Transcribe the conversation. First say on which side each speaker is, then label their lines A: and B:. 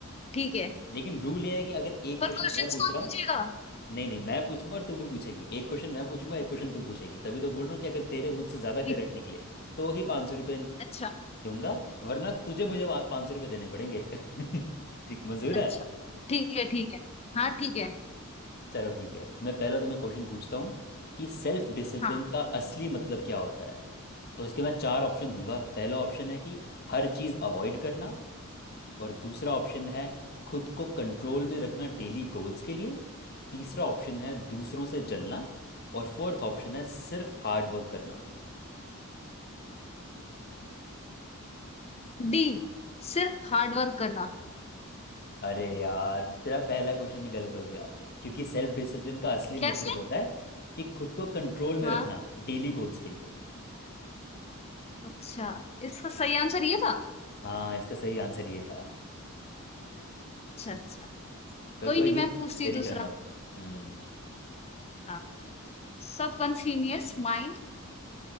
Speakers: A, on the left; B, on the left.
A: ठीक है
B: लेकिन रूल ये है कि अगर एक
A: पर
B: क्वेश्चन
A: क्वेश्चंस
B: मैं पूछ
A: कौन
B: रहा हूँ
A: पूछेगा
B: नहीं नहीं मैं पूछूंगा और तू भी पूछेगी एक क्वेश्चन मैं पूछूंगा एक क्वेश्चन तू पूछेगी तभी तो बोल रहा हूँ कि अगर तेरे मुझसे ज़्यादा
A: ठीक
B: करेक्ट निकले तो ही पाँच सौ रुपये
A: अच्छा
B: दूंगा वरना तुझे मुझे पाँच सौ रुपये देने पड़ेंगे <laughs> ठीक मंजूर
A: अच्छा
B: है
A: ठीक है ठीक है हाँ ठीक है
B: चलो ठीक है मैं पहला तुम्हें क्वेश्चन पूछता हूँ कि सेल्फ डिसिप्लिन
A: हाँ
B: का असली मतलब क्या होता है तो इसके मैं चार ऑप्शन दूंगा पहला ऑप्शन है कि हर चीज़ अवॉइड करना और दूसरा ऑप्शन है खुद को कंट्रोल में रखना डेली गोल्स के लिए तीसरा ऑप्शन है दूसरों से जलना और फोर्थ ऑप्शन है सिर्फ हार्ड वर्क करना
A: डी सिर्फ हार्ड वर्क करना
B: अरे यार तेरा पहला क्वेश्चन ही गलत हो गया क्योंकि सेल्फ डिसिप्लिन का असली
A: कैसे
B: मतलब होता है कि खुद को कंट्रोल में
A: हाँ
B: रखना डेली गोल्स के लिए
A: अच्छा इसका सही आंसर ये था
B: हाँ इसका सही आंसर ये था
A: अच्छा अच्छा
B: कल
A: कोई
B: कोई
A: नहीं
B: नहीं
A: मैं पूछती
B: तेरी
A: हूँ दूसरा
B: टर्न अब हम्म
A: हाँ सबकॉन्शियस माइंड